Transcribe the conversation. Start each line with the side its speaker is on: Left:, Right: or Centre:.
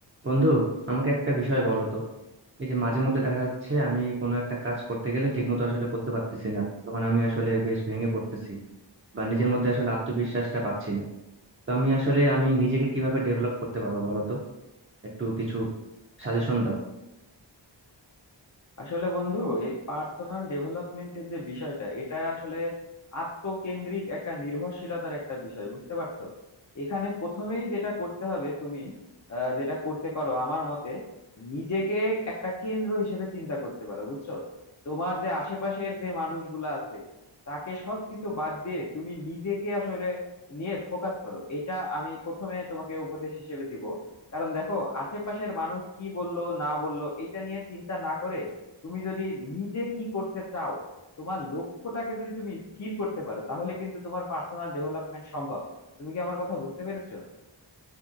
Right: বন্ধু আমাকে একটা বিষয় বলো তো এই যে মাঝে মধ্যে দেখা যাচ্ছে আমি কোনো একটা কাজ করতে গেলে ঠিকমতো আসলে করতে পারতেছি না তখন আমি আসলে বেশ ভেঙে পড়তেছি বা নিজের মধ্যে আসলে আত্মবিশ্বাসটা পাচ্ছি না তো আমি আসলে আমি নিজেকে কিভাবে ডেভেলপ করতে পারবো বলো তো একটু কিছু সাজেশন দাও
Left: আসলে বন্ধু এই পার্সোনাল ডেভেলপমেন্টের যে বিষয়টা এটা আসলে আত্মকেন্দ্রিক একটা নির্ভরশীলতার একটা বিষয় বুঝতে পারছো এখানে প্রথমেই যেটা করতে হবে তুমি আহ, যেটা করতে পারো আমার মতে নিজেকে একটা কেন্দ্র হিসেবে চিন্তা করতে পারো বুঝছো তোমার যে আশেপাশের যে মানুষগুলো আছে তাকে সবকিছু বাদ দিয়ে তুমি নিজেকে আসলে নিয়ে ফোকাস করো এটা আমি প্রথমে তোমাকে উপদেশ হিসেবে দিব কারণ দেখো আশেপাশের মানুষ কি বললো না বললো এটা নিয়ে চিন্তা না করে তুমি যদি নিজে কি করতে চাও তোমার লক্ষ্যটাকে যদি তুমি স্থির করতে পারো তাহলে কিন্তু তোমার পার্সোনাল ডেভেলপমেন্ট সম্ভব তুমি কি আমার কথা বুঝতে পেরেছো